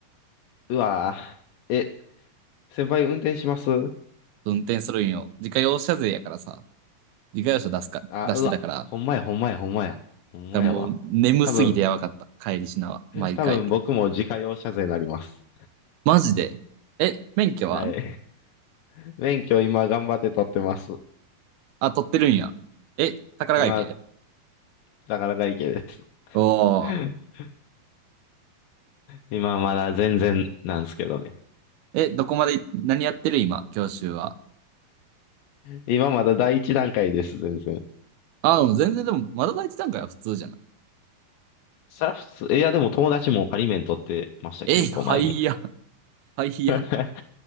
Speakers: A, on the left; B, on the right.
A: うわぁ。え、先輩運転します
B: 運転するんよ。自家用車税やからさ、自家用車出すか、
A: あ、
B: 出してたから、
A: うわ。
B: だか
A: ほんまや、ほんまや、ほんまや。ほんまやわ。
B: らもう眠すぎてやばかった。
A: 多分、
B: 帰りしなは、毎回。
A: 多分僕も自家用車税になります。
B: マジで。え、免許は
A: はい。<laughs> 免許今頑張って取ってます。
B: あ、取ってるんや。え、宝ヶ池
A: 今、なかなかいいけです。
B: お
A: <laughs>
B: ー、
A: 今まだ全然なんですけどね。
B: え、どこまで、何やってる今、教習は。
A: 今まだ第一段階です、全然。
B: あ、でも全然でも、まだ第一段階は普通じゃない。
A: そら普通、えいやでも友達も仮免取ってました、
B: え、
A: 結構前に。
B: はいや、<laughs> はいや。
A: <laughs>